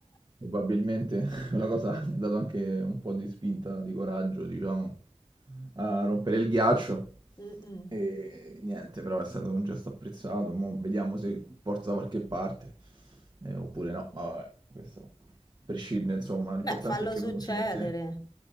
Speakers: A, on the right; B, on the left.
A: Probabilmente <laughs> quella cosa mi ha dato anche un po' di spinta, di coraggio, diciamo, a rompere il ghiaccio.
B: Mh-mh.
A: E niente, però è stato un gesto apprezzato. Mo vediamo se porta da qualche parte, eh, oppure no. Ma vabbè, questo prescinde, insomma. L'importante
B: Beh, fallo
A: è che
B: succedere.
A: uno ci mette...